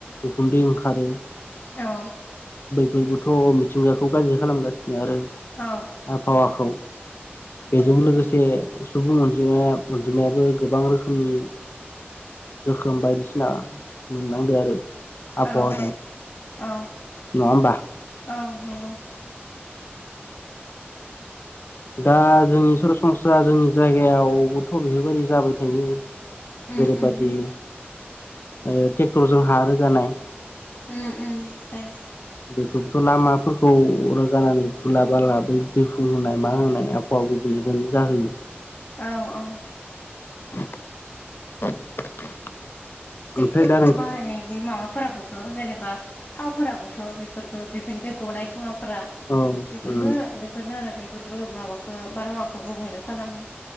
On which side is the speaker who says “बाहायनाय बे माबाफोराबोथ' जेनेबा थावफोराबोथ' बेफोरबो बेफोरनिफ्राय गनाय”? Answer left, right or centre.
Left